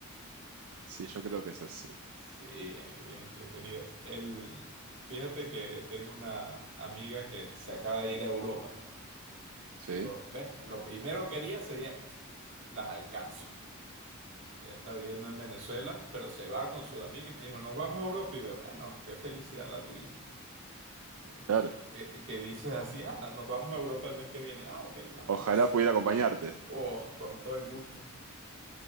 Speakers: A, on the right; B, on the right.
A: sí, yo creo que es así.
B: Sí, bien, bien entretenido. El, fíjate que tengo una amiga que se acaba de ir a Europa.
A: Sí.
B: Digo, ves, lo primero que haría sería, las alcanzo. Ella está viviendo en Venezuela, pero se va con su amiga y me dijo, nos vamos a Europa. Y yo, bueno, qué felicidad la tuya. Eh,
A: Claro,
B: Que, que dices así, ah, nos vamos a Europa el mes que viene. Ah, ok, vámonos.
A: ojalá pudiera acompañarte.
B: Oh, con todo el gusto.